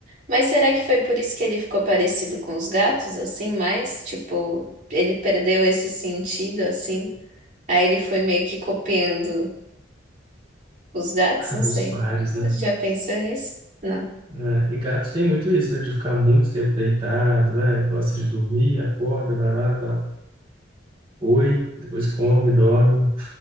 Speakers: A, on the right (about 45°); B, on the right (about 25°).
A: Mas será que foi por isso que ele ficou parecido com os gatos, assim, mais? Tipo, ele perdeu esse sentido, assim? Aí ele foi meio que copiando os gatos?
B: <laughs>
A: Não sei.
B: Os pares,
A: Você
B: né?
A: Já pensou nisso? Não.
B: né? E gatos tem muito isso, né? De ficar muito tempo deitado, né? Gosta de dormir, acorda, vai lá, dá um oi, depois come, dorme.